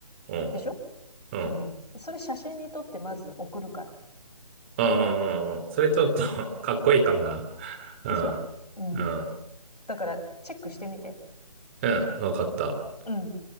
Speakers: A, on the right; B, on the left.
A: うん、
B: でしょ
A: うん、うん、
B: うん。でそれ写真に撮ってまず送るから。
A: うん、うんうんそれちょっと <laughs> かっこいいかもな。うん、
B: でしょうん。
A: うん、
B: だから、チェックしてみて。
A: うん、わかった。
B: うん。